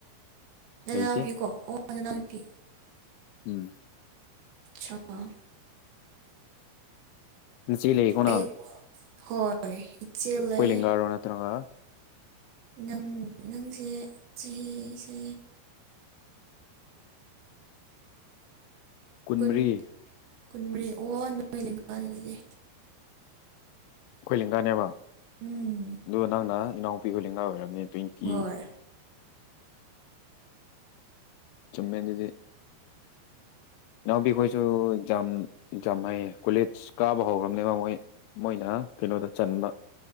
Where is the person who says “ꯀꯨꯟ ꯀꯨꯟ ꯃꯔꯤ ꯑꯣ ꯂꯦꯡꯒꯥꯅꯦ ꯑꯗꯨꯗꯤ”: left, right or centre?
Right